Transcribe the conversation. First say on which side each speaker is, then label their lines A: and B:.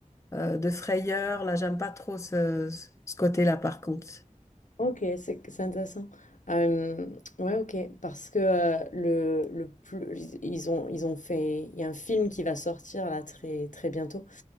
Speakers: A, on the left; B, on the left.
A: euh, de frayeur. Là, j'aime pas trop ce ce ce côté-là par contre.
B: Ok, c'est c'est intéressant. Euh, ouais, ok, parce que euh, le, le plus, ils ont ils ont fait, il y a un film qui va sortir là très très bientôt